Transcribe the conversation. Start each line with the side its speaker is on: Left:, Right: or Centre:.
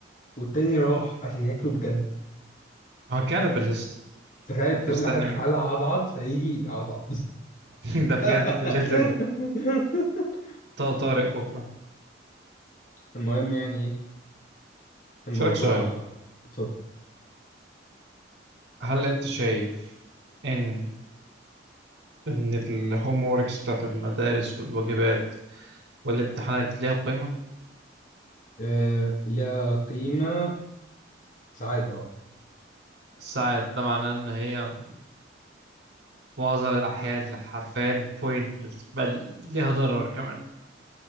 Left: والتاني راح عشان ياكله بجد
Right: هو كان بالليست
Left: تخيل
Right: يعني
Left: تقول
Right: انت مستني
Left: لحد
Right: منه
Left: تعالى عضعض فيجي يعضعض
Right: <laughs> ده بجد
Left: <laughs>
Right: ليترلي طارق بكره
Left: المهم يعني ايه الموضوع
Right: شارك سؤال
Left: اتفضل
Right: هل انت شايف ان ان الهوم ووركس بتاعت المدارس والواجبات والامتحانات ليها قيمة
Left: آه ليها قيمة ساعات اه
Right: ساعات ده معناه ان هي في معظم الاحيان حرفيا بوينتلس بل ليها ضرر كمان